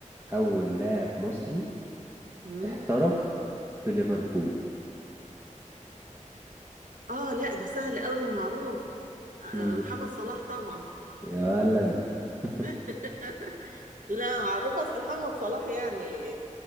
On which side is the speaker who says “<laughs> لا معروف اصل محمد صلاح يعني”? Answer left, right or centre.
Right